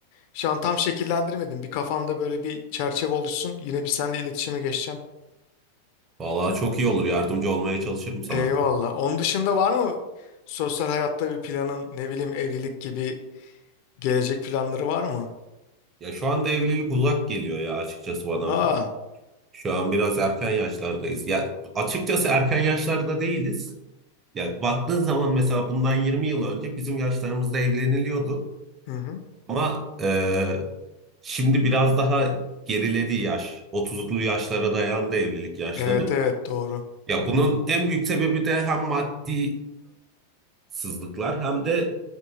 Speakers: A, on the left; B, on the right.
A: şu an tam şekillendirmedim bir kafamda böyle bir çerçeve oluşsun yine bir seninle iletişime geçeceğim.
B: Vallahi çok iyi olur. Yardımcı olmaya çalışırım sana.
A: Eyvallah onun dışında var mı sosyal hayatta bir planın ne bileyim evlilik gibi gelecek planları var mı?
B: Ya şu anda evlilik uzak geliyor ya açıkçası bana.
A: Aa
B: Şu an biraz erken yaşlardayız. Ya açıkçası erken yaşlarda değiliz. Ya baktığın zaman mesela bundan 20 yıl önce bizim yaşlarımızda evleniliyordu.
A: hı hı.
B: Ama eee, şimdi biraz daha geriledi yaş. 30'lu yaşlara dayandı evlilik yaşları.
A: Evet evet doğru.
B: Ya bunun en büyük sebebi de hem maddi imkansızlıklar hem de